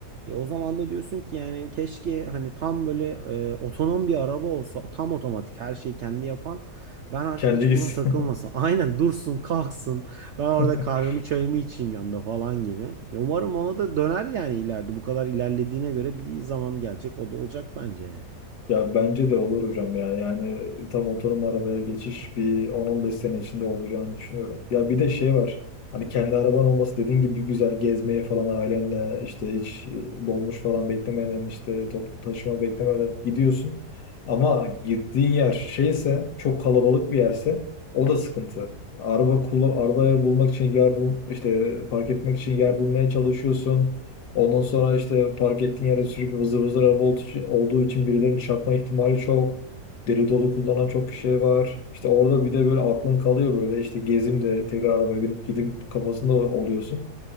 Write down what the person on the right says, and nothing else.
Ya o zaman da diyorsun ki yani keşke hani tam böyle e, otonom bir araba olsa tam otomatik her şeyi kendi yapan ben artık
hiç
buna takılmasın. <laughs> Aynen dursun kalksın ben orada
kahvemi çayımı içeyim yanında falan gibi. Ya Umarım ona da döner yani ileride bu kadar ilerlediğine göre bir zaman gelecek o da olacak bence yani.